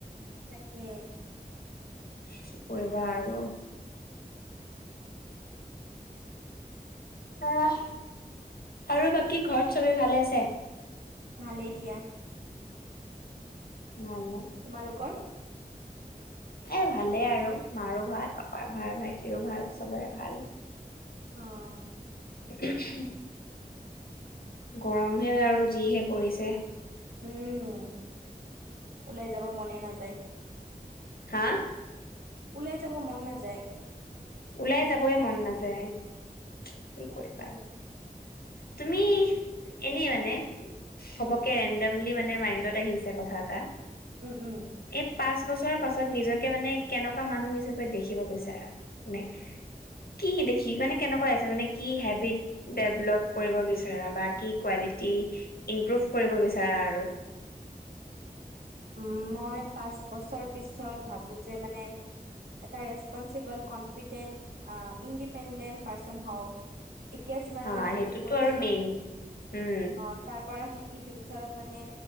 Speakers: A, on the right; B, on the left.
A: তাকে
B: কি কৰিবা আৰু আহ, আৰু বাকী ঘৰত চবে ভালে আছে?
A: ভালেই দিয়া।
B: ভাল ন?
A: তোমালোকৰ
B: এ ভালে আৰু, মাৰো ভাল, পাপাৰ ভাল, ভাইটিৰো ভাল, চবৰে ভাল।
A: অ'।
B: <unintelligible> গৰমহে বাৰু যিহে পৰিছে।
A: উম', ওলাই যাব মনে নাযায়।
B: হা?
A: ওলাই যাব মন নাযায়।
B: ওলাই যাবই মন নাযায়। কি
A: তাকে।
B: কৰিবা তুমি এনেই মানে ঘপকৈ
A: উম
B: ৰেনডমলি মানে মাইণ্ডত আহিছে কথা এটা,
A: উম উম
B: এ পাঁচ বছৰ পাছত নিজকে মানে কেনেকুৱা মানুহ হিচাপে দেখিব বিচাৰা? নে কি দেখি মানে কেনেকুৱা আছে মানে কি হেবিট ডেভলপ কৰিব বিচাৰা বা কি কোৱালিটি ইম্প্ৰুভ কৰিব বিচাৰা আৰু
A: উম মই পাঁচ বছৰ পিছত ভাবো যে মানে এটা ৰেচপনচিবল কনফিডেণ্ট ইণ্ডিপেণ্ডেণ্ট পাৰ্চন হও। এতিয়া যিমান
B: হা
A: মানে
B: সেইটোতো
A: ভুল কৰিছোঁ,
B: আৰু মেইন উম
A: অ', তাৰ পৰা শ কি ফিউচাৰত মানে